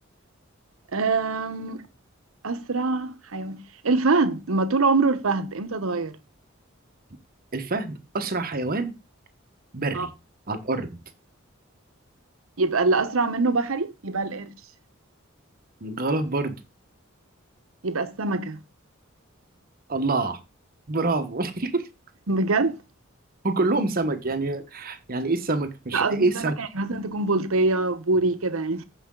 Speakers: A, on the right (about 80°); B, on the right (about 45°).
A: أم... أسرع حيوان الفهد ما طول عمره الفهد إمتى اتغير
B: <laughs> الفهد اسرع حيوان بري
A: آه.
B: على الارض
A: يبقى اللي أسرع منه بحري يبقى القرش
B: غلط برضو
A: يبقى السمكة
B: الله برافو <laughs>
A: بجد
B: وكلهم سمك يعني يعني ايه السمك مش
A: لا
B: ايه
A: قصدي
B: السمك
A: سمكة يعني مثلا تكون بلطية بوري كده يعني